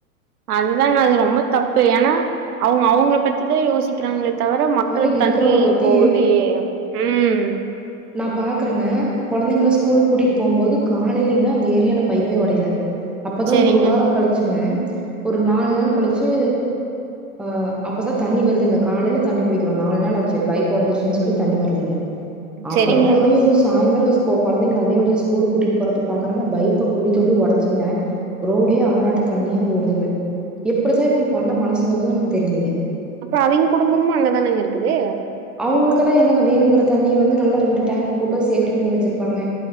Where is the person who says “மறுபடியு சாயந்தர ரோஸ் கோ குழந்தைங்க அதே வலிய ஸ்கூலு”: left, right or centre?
Centre